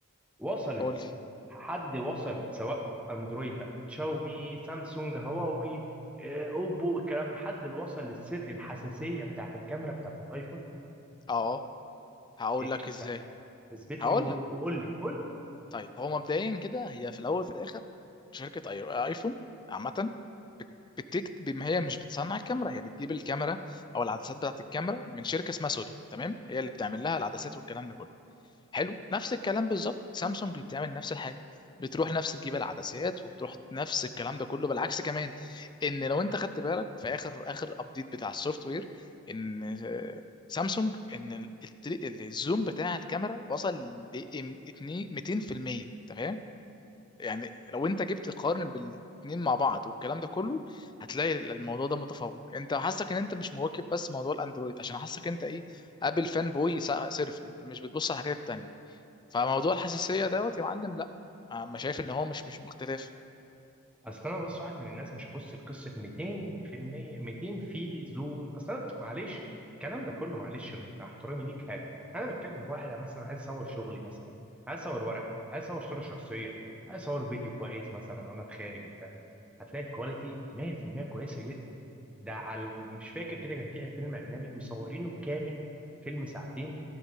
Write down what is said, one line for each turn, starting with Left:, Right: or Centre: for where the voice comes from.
Centre: وصلت
Left: قول لي
Centre: حد وصل سواء اندرويد بقى تشاومي سامسونج هواوي آه، اوبو الكلام ده حد اللي وصل للس- الحساسيه بتاعت الكاميرا بتاعت الايفون
Left: اه هقول
Centre: إيه؟
Left: لك ازاي
Centre: لا اثبت
Left: هقول
Centre: لي و-
Left: لك
Centre: وقول لي قول
Left: طيب هو مبدئيا كده هي في الاول وفي الاخر شركه اي ايفون عامه بت- بتكت بما هي مش بتصنع الكاميرا هي بتجيب الكاميرا او العدسات بتاعت الكاميرا من شركه اسمها سوني تمام هي اللي بتعمل لها العدسات والكلام ده كله حلو نفس الكلام بالظبط سامسونج بتعمل نفس الحاجه بتروح نفس تجيب العدسات وتروح نفس الكلام ده كله بالعكس كمان ان لو انت خدت بالك في اخر اخر ابديت بتاع السوفت وير ان آه، سامسونج ان ال- التري- ال- الزوم بتاع الكاميرا وصل ل 200% انت فاهم يعني لو انت جبت تقارن بالاتنين مع بعض والكلام ده كله هتلاقي الموضوع ده متفوق انت حاسك ان انت مش مواكب بس موضوع الاندرويد عشان حاسك انت ايه ابل فان بوي صرف انت مش بتبص على الحاجات التانية فموضوع الحساسيه دوت يا معلم لا انا شايف ان هو مش مش مختلف
Centre: اصل انا بص واحد من الناس مش هبص لقصه 200% 200 في زوم اصل انا معلش الكلام ده كله معلش مع احترامي ليك هاري انا بتكلم في واحد مثلا عايز اصور شغلي مثلا عايز اصور ورق عايز اصور صوره شخصيه عايز اصور فيديو كويس مثلا وانا في خارج بتاع هتلاقي الكواليتي 100% كويسه جدا ده على مش فاكر كده كان في فيلم اجنبي مصورينه كامل فيلم ساعتين